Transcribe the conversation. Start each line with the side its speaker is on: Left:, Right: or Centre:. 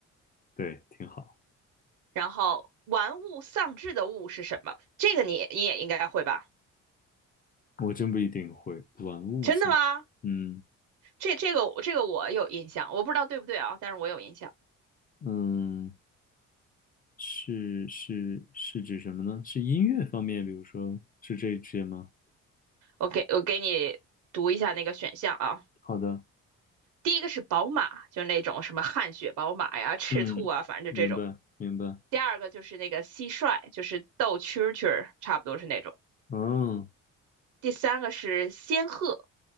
Left: 对，挺好。
Right: 然后玩物丧志的物是什么？这个你你也应该会吧？
Left: 我真不一定会玩物丧，
Right: 真的吗？
Left: 嗯。
Right: 这这个这个我有印象，我不知道对不对啊，但是我有印象。
Left: 嗯，是是是指什么呢？是音乐方面，比如说是这一些吗？
Right: 我给我给你读一下那个选项啊。
Left: 好的，
Right: 第一个是宝马，就那种什么汗血宝马呀、赤兔啊，
Left: 嗯，
Right: 反正就这种。
Left: 明白明白，
Right: 第二个就是那个蟋蟀，就是斗蛐蛐儿，差不多是那种。
Left: 嗯
Right: 第三个是仙鹤，